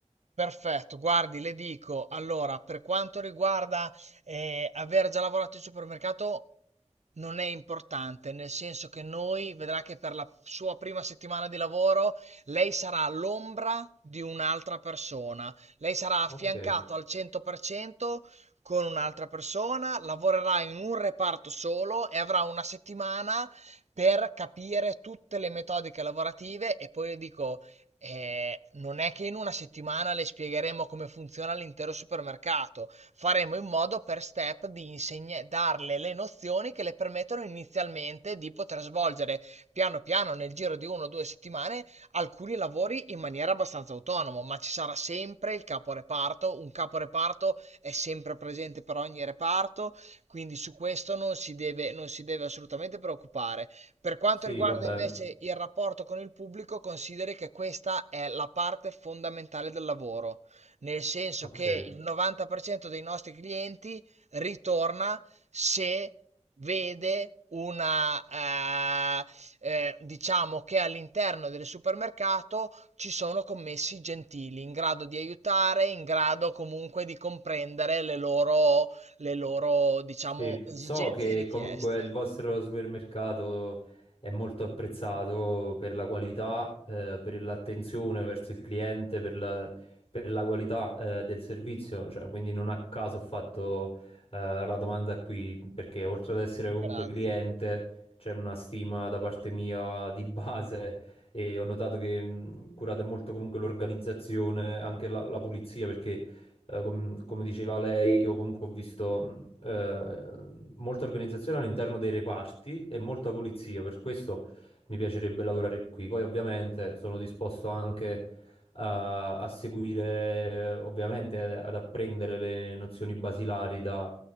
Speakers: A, on the right; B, on the left.
A: Perfetto, guardi, le dico, allora, per quanto riguarda eh, aver già lavorato in supermercato, non è importante, nel senso che noi vedrà che per la sua prima settimana di lavoro lei sarà l'ombra di un'altra persona. Lei sarà affiancato
B: Ok,
A: al 100% con un'altra persona, lavorerà in un reparto solo e avrà una settimana per capire tutte le metodiche lavorative e poi le dico eh, non è che in una settimana le spiegheremo come funziona l'intero supermercato, faremo in modo per step di insegne- darle le nozioni che le permettono inizialmente di poter svolgere piano piano nel giro di una o due settimane alcuni lavori in maniera abbastanza autonoma, ma ci sarà sempre il caporeparto, un caporeparto è sempre presente per ogni reparto, quindi su questo non si deve, non si deve assolutamente preoccupare. Per quanto
B: sì,
A: riguarda
B: vabbè.
A: invece il rapporto con il pubblico, consideri che questa è la parte fondamentale del lavoro nel senso
B: Ok.
A: che il 90% dei nostri clienti ritorna se vede una eh, eh, diciamo che all'interno del supermercato ci sono commessi gentili in grado di aiutare in grado comunque di comprendere le loro le loro diciamo
B: Sì,
A: esigenze
B: so che
A: e richieste
B: comunque il vostro supermercato è molto apprezzato per la qualità, eh, per l'attenzione verso il cliente, per la, per la qualità, eh, del servizio, cioè, quindi non a caso ho fatto, eh, la domanda qui, perché oltre ad essere
A: ringrazio
B: comunque cliente, c'è una stima da parte mia di base e ho notato che mh, curate molto comunque l'organizzazione, anche la la pulizia, perché eh, com- come diceva lei, io comunque ho visto. mm, eh, molta organizzazione all'interno dei reparti e molta pulizia, per questo mi piacerebbe lavorare qui. Poi ovviamente sono disposto anche a, a seguire, eh, ovviamente eh, ad apprendere le nozioni basilari da,